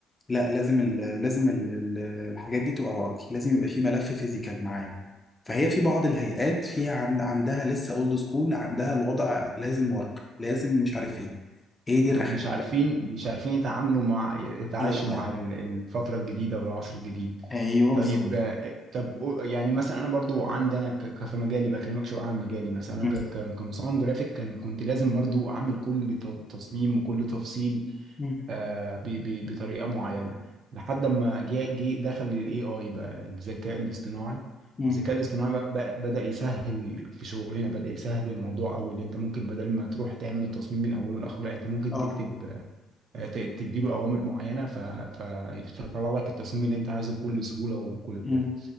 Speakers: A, on the left; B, on the right.
A: لا لازم ال لازم ال ال- الحاجات دي تبقى ورقي لازم يبقى في ملف فيزيكال معايا فهي في بعض الهيئات فيها عند عندها لسه اولد سكول عندها الوضع لازم ورقي لازم مش عارف ايه هي دي الرخامه
B: هو مش عارفين
A: لا،
B: مش عارفين يتعاملوا مع يتعايشوا
A: الاونلاين
B: مع ال- الفترة الجديدة والعصر الجديد
A: ايوه
B: طيب
A: بالظبط
B: آه، طب قو- يعني مثلا انا برضو عندي انا ك- ك- في مجالي بكلمك شويه عن مجالي مثلا انا
A: مم.
B: ك- ك- كمصمم جرافيك كان كنت لازم برضو اعمل كل ت- تصميم وكل تفصيل
A: مم.
B: آه، ب- ب- بطريقه معينه لحد ما جه جه دخل الاي اي بقى الذكاء الاصطناعي
A: مم.
B: الذكاء الاصطناعي بقى بقى- بدأ يسهل في شغلنا بدأ يسهل الموضوع أوي اللي أنت ممكن بدل ما تروح تعمل التصميم من أوله لآخره لا أنت ممكن
A: اه
B: تكتب آه، ت- تديله اوامر معينه ف... فيطلع لك التصميم اللي انت عايزه بكل سهوله وبكل بتاع
A: مم.